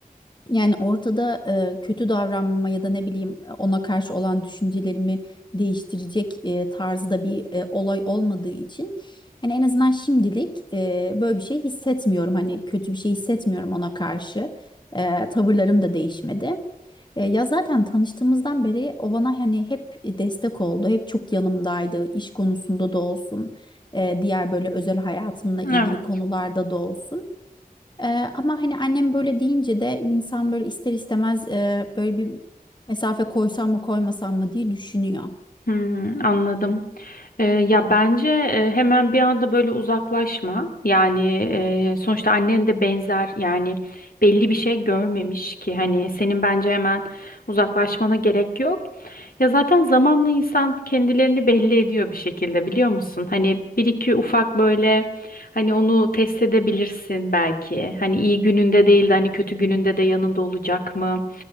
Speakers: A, on the left; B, on the left.
A: Yani ortada e, kötü davranma ya da ne bileyim ona karşı olan düşüncelerimi değiştirecek e, tarzda bir e, olay olmadığı için hani en azından şimdilik e, böyle bir şey hissetmiyorum. Hani kötü bir şey hissetmiyorum ona karşı. E, tavırlarım da değişmedi. E, ya zaten tanıştığımızdan beri o bana hani hep destek oldu. Hep çok yanımdaydı. İş konusunda da olsun, e, diğer böyle özel hayatımla ilgili
B: Evet.
A: konularda da olsun. Ee, ama hani annem böyle deyince de insan böyle ister istemez e, böyle bir mesafe koysam mı koymasam mı diye düşünüyor.
B: Hmm, anladım. Ee, ya bence e, hemen bir anda böyle uzaklaşma. Yani e, sonuçta annen de benzer yani belli bir şey görmemiş ki hani senin bence hemen uzaklaşmana gerek yok. Ya zaten zamanla insan kendilerini belli ediyor bir şekilde biliyor musun? Hani bir iki ufak böyle hani onu test edebilirsin belki. Hani iyi gününde değil de hani kötü gününde de yanında olacak mı?